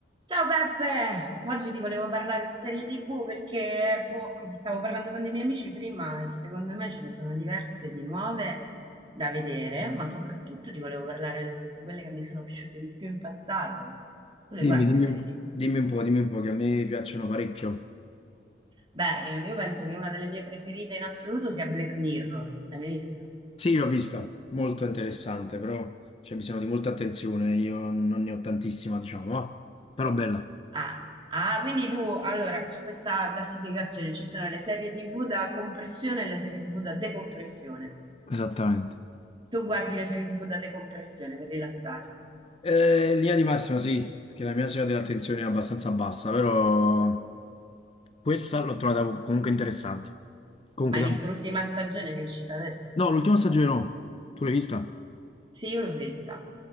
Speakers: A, on the right; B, on the left.
A: Ciao Peppe, oggi ti volevo parlare di serie TV perché boh, stavo parlando con dei miei amici prima e secondo me ce ne sono diverse di nuove da vedere, ma soprattutto ti volevo parlare di quelle che mi sono piaciute di più in passato. Tu le
B: Dimmi,
A: guardi
B: dimmi
A: le serie
B: un
A: TV?
B: dimmi un po', dimmi un po', che a me piacciono parecchio.
A: Beh, eh, io penso che una delle mie preferite in assoluto sia Black Mirror. L'hai mai vista?
B: Sì, l'ho vista, molto interessante, però c'è bisogno di molta attenzione, io non ne ho tantissima, diciamo, ah, però bella.
A: Ah, ah, quindi tu, allora, c'è questa classificazione, ci sono le serie TV da compressione e le serie TV da decompressione.
B: Esattamente.
A: Tu guardi le serie TV da decompressione per rilassarti.
B: Eh, linea di massima, sì, che la mia soglia dell'attenzione è abbastanza bassa, però questa l'ho trovata comunque interessante. Comunque,
A: Ma hai
B: dai.
A: visto l'ultima stagione che è uscita adesso?
B: No, l'ultima stagione no, tu l'hai vista?
A: Sì, io l'ho vista.